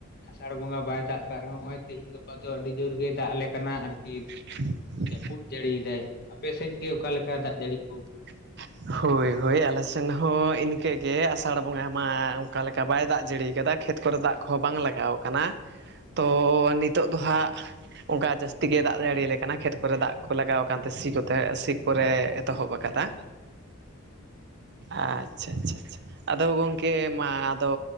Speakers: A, on the left; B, on the right.
A: ᱟᱥᱟᱲ ᱵᱚᱸᱜᱟ ᱵᱟᱭ ᱫᱟᱜ ᱠᱟᱜ ᱨᱮᱦᱚᱸ ᱱᱚᱜᱼᱚᱭ ᱛᱤᱦᱤᱧ ᱜᱟᱯᱟ ᱜᱟᱯᱟ ᱫᱚ ᱟᱹᱰᱤ ᱡᱳᱨ ᱜᱮ ᱫᱟᱜ ᱟᱞᱮ ᱠᱟᱱᱟ ᱟᱨᱠᱤ
B: <inaudible>
A: ᱡᱟᱹᱯᱩᱫ ᱡᱟᱹᱲᱤ ᱮᱫᱟᱭ ᱟᱯᱮ ᱥᱮᱫ ᱜᱮ ᱚᱠᱟ ᱞᱮᱠᱟ ᱫᱟᱜ ᱡᱟᱹᱲᱤ ᱠᱚ
B: <inaudible> ᱦᱳᱭ ᱦᱳᱭ ᱟᱞᱮ ᱥᱮᱱ ᱦᱚᱸ ᱤᱱᱠᱟᱹ ᱜᱮ ᱟᱥᱟᱲ ᱵᱚᱸᱜᱟ ᱢᱟ ᱚᱱᱠᱟ ᱞᱮᱠᱟ ᱵᱟᱭ ᱫᱟᱜ ᱡᱟᱹᱲᱤ ᱟᱠᱟᱫᱟ ᱠᱷᱮᱛ ᱠᱚᱨᱮ ᱫᱟᱜ ᱠᱚᱦᱚᱸ ᱵᱟᱝ ᱞᱟᱜᱟᱣ ᱟᱠᱟᱱᱟ ᱛᱚ ᱱᱤᱛᱚᱜ ᱫᱚ ᱦᱟᱸᱜ ᱚᱱᱠᱟ ᱡᱟᱹᱥᱛᱤ ᱜᱮ ᱫᱟᱜ ᱡᱟᱹᱲᱤ ᱟᱞᱮ ᱠᱟᱱᱟ ᱠᱷᱮᱛ ᱠᱚᱨᱮ ᱫᱟᱜ ᱠᱚ ᱞᱟᱜᱟᱣ ᱟᱠᱟᱱ ᱛᱮ ᱥᱤ ᱥᱤ ᱠᱚᱨᱮ ᱮᱛᱚᱦᱚᱵ ᱟᱠᱟᱫᱟ ᱟᱪᱪᱷᱟ ᱟᱪᱪᱷᱟ ᱟᱪᱪᱷᱟ ᱟᱫᱚ ᱜᱚᱝᱠᱮ ᱢᱟ ᱟᱫᱚ